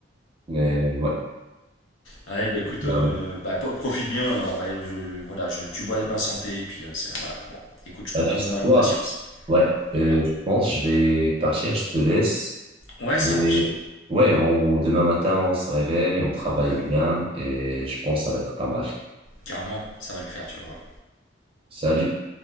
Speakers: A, on the right (about 30°); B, on the left (about 85°).
A: Mais ouais.
B: Ouais, bah écoute,
A: finalement.
B: euh, bah, po- profite bien alors. ouais, je, je- voilà, je, tu bois ma santé, et puis euh, c'est- voilà. Bon, écoute, je
A: Ah,
B: prendrai
A: tu
B: mon
A: sais
B: mal
A: quoi?
B: en patience.
A: Ouais, euh,
B: Voilà.
A: je pense que je vais partir, je te laisse.
B: Ouais, ça
A: Mais
B: marche.
A: ouais, on, demain matin, on se réveille, on travaille
B: Ouais,
A: bien et je pense que ça va être pas mal.
B: carrément, ça va le faire, tu vas voir.
A: Salut.